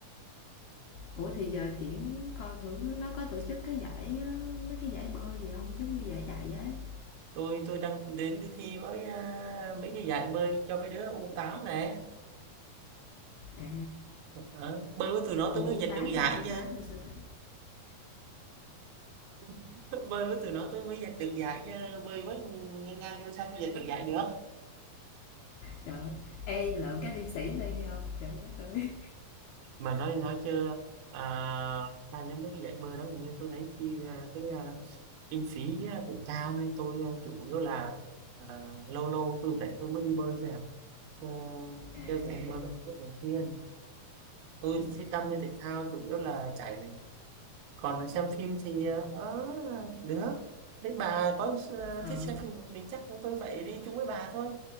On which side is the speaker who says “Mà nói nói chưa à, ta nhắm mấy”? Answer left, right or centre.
Right